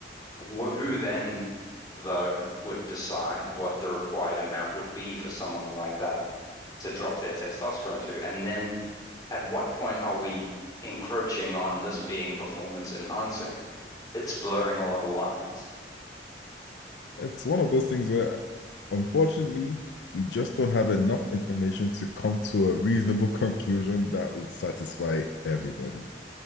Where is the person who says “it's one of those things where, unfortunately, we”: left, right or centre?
Left